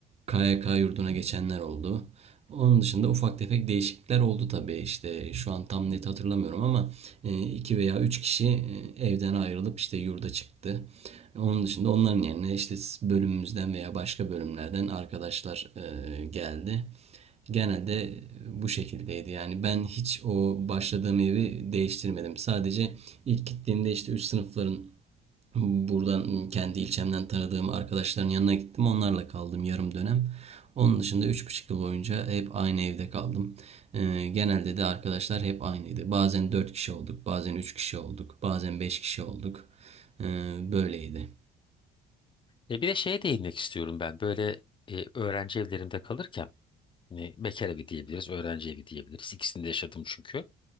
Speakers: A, on the right; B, on the left.
A: KYK yurduna geçenler oldu. Onun dışında ufak tefek değişiklikler oldu tabii. İşte şu an tam net hatırlamıyorum ama e, iki veya üç kişi e, evden ayrılıp işte yurda çıktı. Onun dışında onların yerine işte bölümümüzden veya başka bölümlerden arkadaşlar e, geldi. Genelde bu şekildeydi. Yani ben hiç o başladığım evi değiştirmedim. Sadece ilk gittiğimde işte üst sınıfların buradan kendi ilçemden tanıdığım arkadaşların yanına gittim. Onlarla kaldım yarım dönem. Onun dışında üç buçuk yıl boyunca hep aynı evde kaldım. Ee, genelde de arkadaşlar hep aynıydı. Bazen 4 kişi olduk, bazen 3 kişi olduk, bazen 5 kişi olduk. Ee, böyleydi.
B: E bir de şeye değinmek istiyorum ben. Böyle e, öğrenci evlerinde kalırken hani bekar evi diyebiliriz, öğrenci evi diyebiliriz. İkisini de yaşadım çünkü.